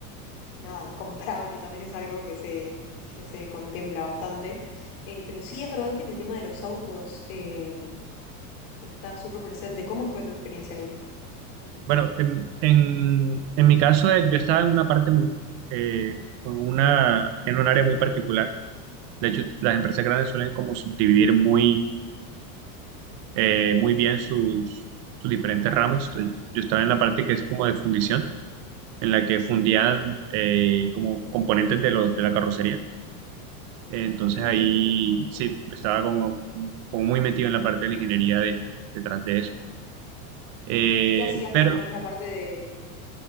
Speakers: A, on the left; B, on the right.
A: nada, y comprable también es algo que se, que se contempla bastante. Eh, pero sí es verdad que en el tema de los autos eh, está súper presente. ¿Cómo fue tu experiencia ahí?
B: Bueno, en, en, en mi caso, eh, yo estaba en una parte muy, eh, con una, en un área muy particular. De hecho, las empresas grandes suelen como subdividir muy, eh, muy bien sus, sus diferentes ramas. Entonces, Yo estaba en la parte que es como de fundición, en la que fundían
A: Ujú.
B: eh, como componentes de los, de la carrocería. Entonces
A: Ay, Qué interesante.
B: ahí sí, estaba como, como muy metido en la parte de la ingeniería de, detrás de eso. Eh,
A: ¿Y qué hacías
B: pero
A: como más la parte de,